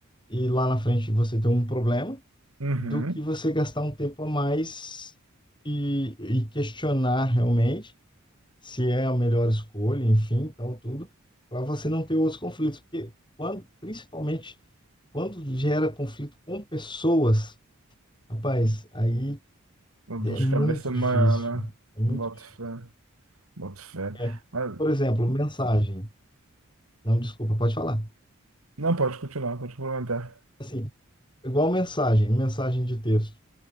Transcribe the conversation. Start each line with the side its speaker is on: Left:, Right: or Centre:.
Left: e lá na frente você tem um problema,
Right: uhum.
Left: do que você gastar um tempo a mais e, e questionar realmente se é a melhor escolha, enfim, tal, tudo, para você não ter outros conflitos. Porque quando, principalmente quando gera conflito com pessoas, rapaz, aí
Right: Uma dor
Left: é
Right: de
Left: muito
Right: cabeça maior,
Left: difícil.
Right: né?
Left: É muito
Right: Boto
Left: difícil.
Right: fé, boto fé.
Left: É,
Right: Mas,
Left: por exemplo, mensagem. Não, desculpa, pode falar.
Right: não, pode continuar, pode complementar.
Left: Assim, igual mensagem, mensagem de texto.